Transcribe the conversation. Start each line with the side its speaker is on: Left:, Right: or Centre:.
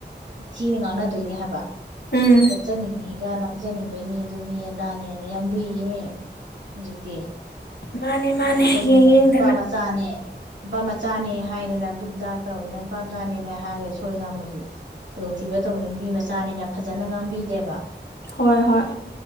Right: ꯊꯤꯅ ꯉꯥꯡꯅꯗ ꯑꯗꯨꯏꯅꯦ ꯍꯥꯏꯕ
Left: ꯎꯝ
Right: ꯆꯠꯆꯅꯤꯡꯉꯤ ꯒ ꯂꯥꯡꯖꯅꯤꯡꯕꯩꯅꯤ ꯑꯗꯨꯅꯤ ꯑꯗꯥꯅꯦꯅ ꯌꯥꯝ ꯂꯨꯏꯅꯦ ꯍꯧꯖꯤꯛꯇꯤ
Left: ꯃꯥꯅꯦ ꯃꯥꯅꯦ
Right: ꯑꯗꯩ ꯑꯩꯈꯣꯏꯅꯦ
Left: ꯌꯦꯡ ꯌꯦꯡꯗꯅ
Right: ꯅꯨꯄꯥ ꯃꯆꯥꯅꯦ ꯅꯨꯄꯥ ꯃ ꯆꯥꯅꯦ ꯍꯥꯏꯗꯅ ꯗꯨꯛ ꯗꯥꯛ ꯇꯧꯗꯅ ꯅꯨꯄꯥ ꯃꯆꯥꯅꯦꯅ ꯍꯥꯏꯔꯒ ꯁꯣꯏ ꯉꯝꯕꯗꯨ ꯈꯨꯗꯣꯡꯊꯤꯕ ꯇꯧꯕ ꯅꯨꯄꯤ ꯃꯆꯥ ꯃꯆꯥꯅꯤꯅ ꯐꯖꯅ ꯉꯥꯡꯕꯤꯗꯦꯕ
Left: ꯍꯣꯏ ꯍꯣꯏ